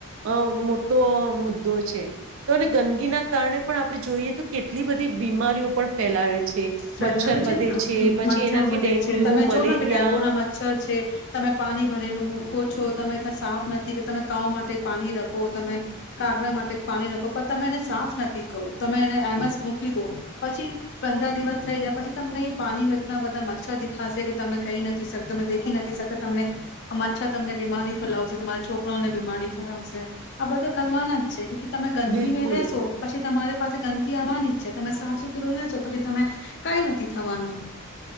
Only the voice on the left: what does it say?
પેલા
છે
ને
મચ્છર
બધે
છે તમે
જો ને કે ડેન્ગુ ના મચ્છર છે, તમે પાણી ભરેલું મૂકો છો તમે એના સાફ નથી કે તમે કાઉ માટે પાણી રાખો તમે, કાગડા માટે પાણી રખો પણ તમે એને સાફ નથી કરો, તમે એને એમ જ મૂકી દો, પછી પંદર દિવસ થઈ જયા પછી તમને એ પાણીમાં એટલા બધા મચ્છર દેખાશે કે તમે કઈ નથી શક તમે દેખી નથી શકતા તમને આ મચ્છર તમને બીમારી ફેલાવશે તમારા છોકરાઓને બીમારી ફેલાવશે. આ બધો કરવાના જ છે ક તમે ગંદગી
મે રહેશો પછી તમારે પાસે ગંદગી આવવાની જ છે તમે સાફ સુથરો લેજો પછી તમે કઈ નથી થવાનું.